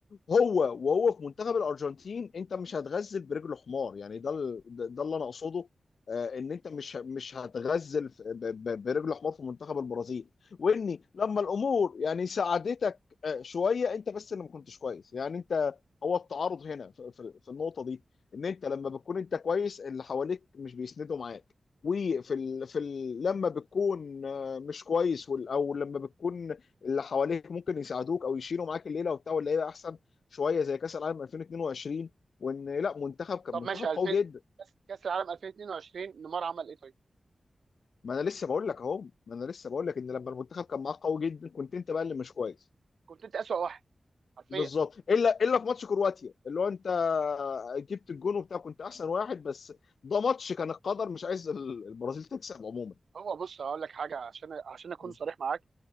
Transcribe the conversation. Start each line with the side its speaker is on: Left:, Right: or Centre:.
Left: هو وهو في منتخب الارجنتين انت مش هتغزل برجل حمار يعني ده ال- ده ده اللي انا اقصده آه، ان انت مش ه- مش هتغزل في- ب- ب- برجل حمار في منتخب البرازيل واني لما الامور يعني ساعدتك آه، شويه انت بس اللي ما كنتش كويس يعني انت هو التعارض هنا في في- في النقطه دي ان انت لما بتكون انت كويس اللي حواليك مش بيسندوا معاك وفي ال... في ال... لما بتكون آه، مش كويس وال... او لما بتكون اللي حواليك ممكن يساعدوك او يشيلوا معاك الليله وبتاع واللعيبه احسن شويه زي كاس العالم 2022 وان لا منتخب كان
Right: طب
Left: منتخب
Right: ماشي
Left: قوي
Right: 2000
Left: جدا
Right: كاس كأس العالم 2022 نيمار عمل ايه طيب
Left: ما انا لسه بقول لك اهو ما انا لسه بقول لك ان لما المنتخب كان معاك قوي جدا كنت انت بقى اللي مش كويس
Right: كنت انت اسوأ واحد حرفيا
Left: بالظبط الا الا في ماتش كرواتيا اللي هو انت جبت الجون وبتاع كنت احسن واحد بس ده ماتش كان القدر مش عايز البرازيل تكسب عموما
Right: هو بص هقول لك حاجه عشان عشان اكون
Left: مم.
Right: صريح معاك